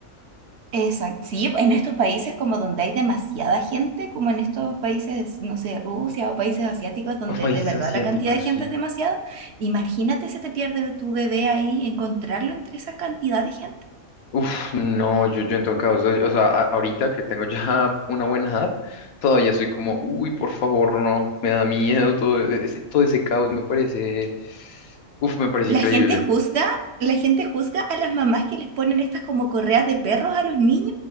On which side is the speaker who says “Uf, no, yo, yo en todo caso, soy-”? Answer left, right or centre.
Left